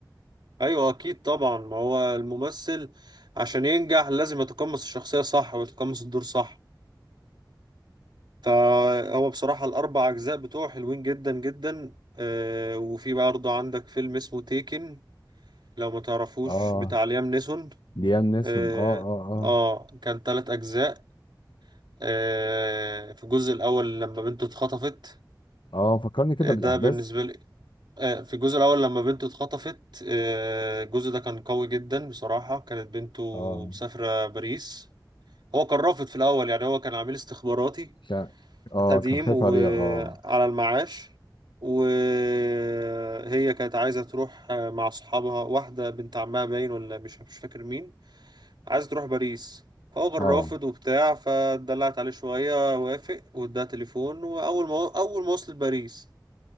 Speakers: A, on the right; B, on the left.
A: أيوة أكيد طبعا ما هو الممثل عشان ينجح لازم يتقمص الشخصية صح ويتقمص الدور صح فهو بصراحة الأربع أجزاء بتوعه حلوين جدا جدا آه، وفي برضه عندك فيلم اسمه تيكن لو ما تعرفوش
B: اه
A: بتاع ليام نيسون
B: ليام نيسون
A: آه,
B: اه اه اه
A: آه كان تلات أجزاء آه في الجزء الأول لما بنته اتخطفت
B: اه فكرني كده
A: آه، ده
B: بالاحداث
A: بالنسبة لي آه في الجزء الأول لما بنته اتخطفت آه الجزء ده كان قوي جدا بصراحة كانت بنته
B: اه
A: مسافرة باريس هو كان رافض في الأول يعني هو كان عميل استخباراتي
B: كان اه
A: قديم
B: كان خايف
A: وعلى
B: عليها اه
A: المعاش وهي كانت عايزة تروح مع صحابها واحدة بنت عمها باين ولا مش مش فاكر مين عايزة تروح باريس فهو كان
B: اه
A: رافض وبتاع فدلعت عليه شوية وافق واداها تليفون وأول ما أول ما وصلت باريس